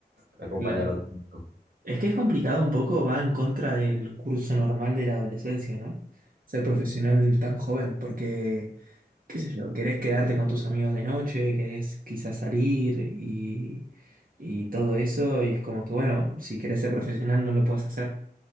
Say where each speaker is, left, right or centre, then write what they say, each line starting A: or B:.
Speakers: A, on the right; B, on the right.
A: me acompañaron
B: Claro.
A: tanto.
B: Es que es complicado un poco, va en contra del curso normal de la adolescencia, ¿no? Ser profesional tan joven, porque, qué sé yo, querés quedarte con tus amigos de noche, querés quizás salir y, y todo eso, y es como que, bueno, si querés ser profesional no lo puedes hacer.